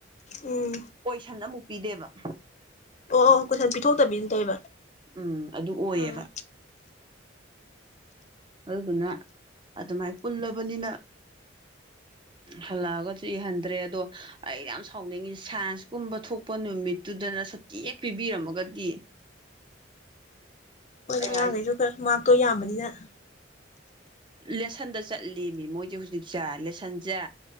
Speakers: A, on the left; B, on the right.
A: ꯎꯝ
B: ꯀꯣꯏꯁꯟ ꯑꯃꯨꯛ ꯄꯤꯗꯦꯕ
A: ꯑꯣ ꯑꯣ ꯀꯣꯏꯁꯟ ꯄꯤꯊꯣꯛꯇꯕꯤꯅ ꯇꯧꯋꯦꯕ
B: ꯎꯝ ꯑꯗꯨ ꯑꯣꯏꯌꯦꯕ
A: ꯎꯝ
B: ꯑꯗꯨꯗꯨꯅ ꯑꯗꯨꯃꯥꯏꯅ ꯄꯨꯜꯂꯕꯅꯤꯅ ꯍꯜꯂꯛꯑꯒꯁꯨ ꯏꯍꯟꯗ꯭ꯔꯦ ꯑꯗꯣ ꯑꯩ ꯌꯥꯝ ꯁꯥꯎꯅꯤꯡꯉꯤ ꯁꯥꯏꯟꯁꯀꯨꯝꯕ ꯊꯣꯛꯄ ꯅꯨꯃꯤꯠꯇꯨꯗꯅ ꯁꯨꯇꯤ ꯍꯦꯛ ꯄꯤꯕꯤꯔꯝꯃꯒꯗꯤ ꯑꯩ
A: ꯑꯉꯥꯡꯈꯩꯁꯨ
B: ꯍꯥꯏꯁꯦ
A: ꯈꯔ ꯃꯥꯛꯇꯣ ꯌꯥꯝꯕꯅꯤꯅ ꯑ
B: ꯂꯦꯁꯟꯗ ꯆꯠꯂꯦꯃꯤ ꯃꯣꯏꯁꯦ ꯍꯧꯖꯤꯛꯁꯦ ꯂꯦꯁꯟꯁꯦ